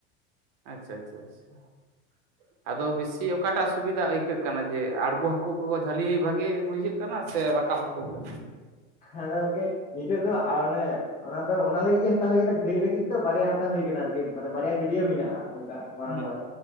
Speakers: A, on the right; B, on the left.
A: ᱟᱪᱷᱟ ᱟᱪᱷᱟ ᱟᱪᱷᱟ ᱟᱫᱚ ᱵᱮᱥᱤ ᱚᱠᱟᱴᱟᱜ ᱥᱩᱵᱤᱫᱟ ᱟᱹᱭᱠᱟᱹᱜ ᱠᱟᱱᱟ ᱡᱮ ᱟᱬᱜᱚ ᱦᱟᱹᱠᱩ ᱠᱚ ᱡᱷᱟᱹᱞᱤ ᱵᱷᱟᱜᱤ ᱵᱩᱡᱷᱟᱹᱜ ᱠᱟᱱᱟ ᱠᱟᱱᱟ ᱥᱮ ᱨᱟᱠᱟᱵ ᱦᱟᱠᱩ ᱜᱮ
B: ᱟᱫᱚ ᱜᱚᱢᱠᱮ ᱧᱤᱫᱟᱹ ᱫᱚ ᱟᱨ ᱚᱱᱮ ᱚᱱᱟ ᱫᱚ ᱚᱱᱟ ᱞᱟᱹᱜᱤᱫ ᱜᱮ ᱦᱟᱛᱟᱣ ᱦᱩᱭ ᱟᱠᱟᱱᱟ ᱜᱷᱟᱹᱭ ᱞᱟᱹᱜᱤᱫ ᱫᱚ ᱵᱟᱨᱭᱟ ᱦᱟᱛᱟᱣ ᱦᱩᱭ ᱠᱟᱱᱟ ᱟᱨᱠᱤ ᱢᱟᱱᱮ ᱵᱟᱨᱭᱟ ᱜᱟᱹᱰᱭᱟᱹ ᱢᱮᱱᱟᱜᱼᱟ ᱚᱱᱠᱟ ᱢᱟᱨᱟᱝ
A: ᱦᱩᱸ
B: ᱢᱟᱨᱟᱝ